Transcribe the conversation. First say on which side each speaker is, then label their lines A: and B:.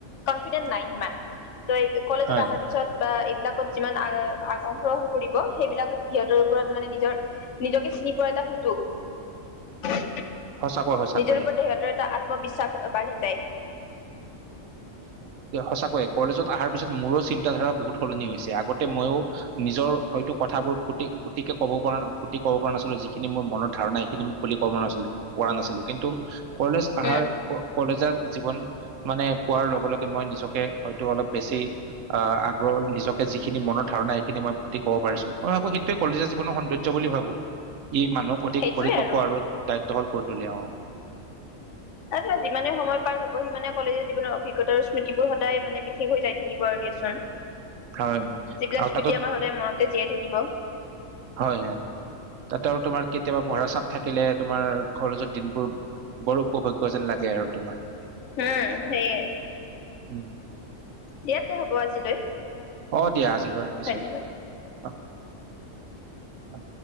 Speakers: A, on the left; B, on the right.
A: কনফিডেন্ঞ্চ নাই সিমান ত এই কলেজত
B: হয়
A: অহাৰ পিছত বা এইবিলাক ত যিমান আ গ্ৰহণ কৰিব সেইবিলাকত সিহঁতৰ ওপৰত মানে নিজৰ নিজকে চিনি পোৱা এটা সুযোগ
B: সঁচাকৈ সঁচাকৈ
A: নিজৰ ওপৰত দেহতৰ এটা আত্মবিশ্বাস বাঢ়ি যায়
B: সঁচাকৈয়ে কলেজত অহাৰ পিছত মোৰো চিন্তাধাৰা বহুত সলনি হৈছে আগতে মইও নিজৰ হয়তো কথাবোৰ ফুটি ফুটিকে ক'ব পৰা ফু্টি কব পৰা নাছিলো সিখিনি মোৰ মনৰ ধাৰণা সিখিনি মোক খুলি ক'ব নাছিলো কৰা নাছিলো কিন্তু কলেজ অহাৰ
A: উম
B: কলেজৰ জীৱন মানে পোৱাৰ লগে লগে মই নিজকে হয়তো অলপ বেছি আগ্ৰ নিজকে যিখিনি মনত ধাৰণা এইখিনি মই ফতি ক'ব পাৰিছো মই ভাবো সেইটোৱে কলেজৰ জীৱনৰ সৌন্দৰ্য বুলি ভাবো ই মানুহক অধিক
A: সেইটোৱে
B: পৰিপক্ক
A: আৰু
B: দায়িত্বশাল কৰি তোলে অ
A: আৰু যিমানে সময় পাৰো সি মানে কলেজৰ জীৱনৰ অভিজ্ঞতা আৰু স্মৃতিবোৰ সদায় মানে বিশেষ হৈ যাই থাকিব আৰু দিয়াচোন
B: হয়
A: শিবিলা
B: আৰু
A: স্মৃতি
B: তাতো
A: সদায় মনত ত জীয়াই থাকিব
B: হয় হয় তাত আৰু তোমাৰ কেতিয়াবা পঢ়া চাপ থাকিলে তোমাৰ খৰজত দিনবোৰ বৰ উপভোগ্য যেন লাগে আৰু তোমাৰ
A: উম সেয়ে
B: উম
A: ইয়াতে হব আজিলৈ
B: অ দিয়া আজিলৈ ৰাখিছো
A: ধন্যবাদ
B: তেনতে অ অ